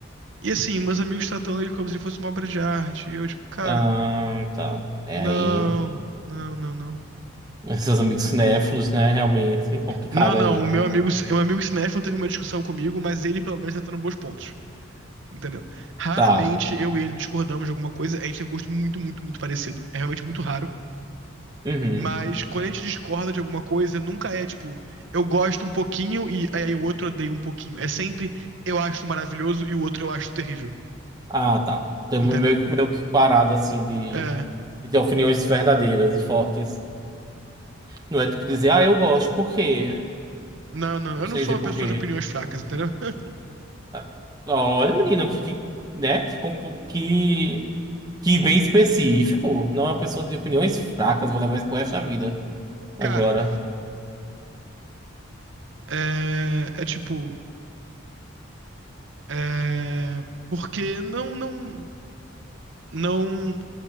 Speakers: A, on the right; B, on the right.
A: E assim, meus amigos tratando ele como se ele fosse uma obra de arte. E eu, tipo, cara,
B: Ah, tá. É
A: não,
B: aí.
A: não, não, não.
B: <laughs> Seus amigos cinéfilos, né? Realmente complicado
A: Não, não,
B: aí.
A: o meu amigo, o meu amigo cinéfilo teve uma discussão comigo, mas ele pelo menos tá tendo bons pontos. Entendeu? Raramente
B: Tá.
A: eu e ele discordamos de alguma coisa. A gente tem um gosto muito, muito, muito parecido. É realmente muito raro.
B: Uhum.
A: Mas quando a gente discorda de alguma coisa, nunca é tipo, eu gosto um pouquinho e aí o outro odeia um pouquinho. É sempre eu acho maravilhoso e o outro eu acho terrível.
B: Ah, tá. Estamos
A: Entendeu?
B: meio, meio que parado, assim, de,
A: É.
B: de opiniões verdadeiras e fortes. Não é tipo dizer, ah, eu gosto, por quê?
A: Não, não,
B: Não
A: eu
B: sei
A: não sou
B: dizer
A: uma pessoa
B: por quê.
A: de opiniões fracas, entendeu? <laughs>
B: Ah, Olha, menino, que, que, né? Que, compu- que, que bem específico. Não é uma pessoa de opiniões fracas, vou levar isso pro resto da vida. Agora.
A: Cara, é, é tipo, é, porque não, não, não,